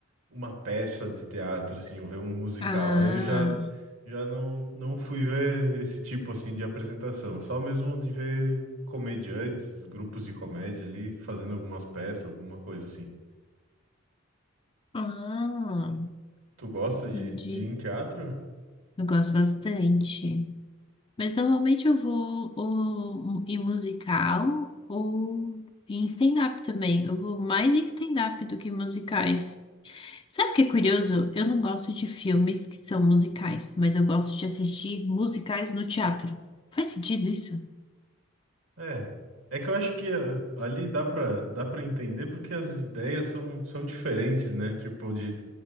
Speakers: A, on the right (about 80°); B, on the left (about 25°).
A: uma peça de teatro, assim, ou ver um musical.
B: Ah,
A: Aí eu já, já não, não fui ver esse tipo, assim, de apresentação. Só mesmo de ver comediantes, grupos de comédia ali, fazendo algumas peças, alguma coisa assim.
B: ah,
A: Tu gosta de,
B: entendi.
A: de ir em teatro?
B: Eu gosto bastante. Mas normalmente eu vou ou em musical ou em stand-up também. Eu vou mais em stand-up do que em musicais. Sabe o que é curioso? Eu não gosto de filmes que são musicais, mas eu gosto de assistir musicais no teatro. Faz sentido isso?
A: É. É que eu acho que ah, ali dá pra, dá pra entender porque as ideias são, são diferentes, né? Tipo, de